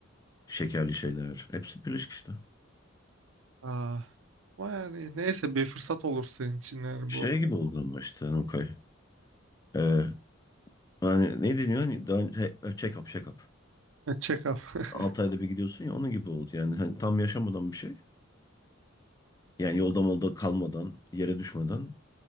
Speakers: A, on the left; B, on the right.
A: şekerli şeyler. Hepsi birleşik işte.
B: ah. Ama yani neyse bir fırsat olur senin için yani
A: Şey
B: bu
A: gibi oldu ama işte Nukay. Ee, hani ne deniyor? Hani daha, he- check up, check up.
B: e, check-up. <laughs>
A: 6 ayda bir gidiyorsun ya onun gibi oldu. Yani hani tam yaşamadan bir şey. Yani yolda molda kalmadan, yere düşmeden